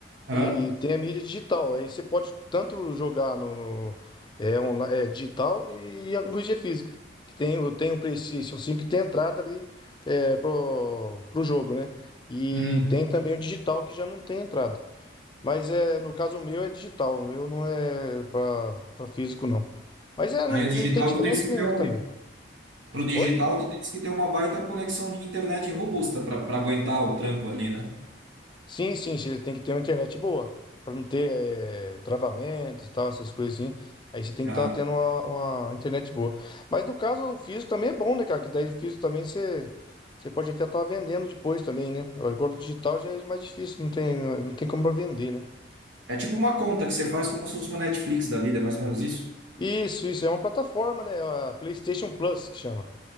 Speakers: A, on the right (about 90°); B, on the left (about 25°).
A: Aham.
B: E tem a mídia digital. Aí você pode tanto jogar no, no- é, onla- é, digital e a mídia física. Que tem, o- tem o PlayStation 5 que tem entrada ali é, pro, pro jogo, né? E
A: Uhum.
B: tem também o digital que já não tem entrada. Mas é, no caso meu é digital, o meu não é para físico, não. Mas é,
A: Aí
B: não, não
A: a digital,
B: tem diferença
A: tu tens que
B: nenhuma
A: ter um.
B: também.
A: Pro digital,
B: Oi?
A: tu tens que ter uma baita conexão de internet robusta pra pra aguentar o tranco ali, né?
B: Sim, sim, você tem que ter uma internet boa, para não ter eh, travamentos, tal, essas coisas assim. Aí você tem que
A: Aham.
B: estar tendo uma, uma internet boa. Mas no caso, o físico também é bom, né, cara? Que daí o físico também você, você pode até estar vendendo depois também, né? Agora o digital já é mais difícil, não tem, não tem como pra vender, né?
A: É tipo uma conta que você faz como se fosse uma Netflix da vida, é mais ou menos isso?
B: Isso, isso, é uma plataforma, né? A PlayStation Plus que chama.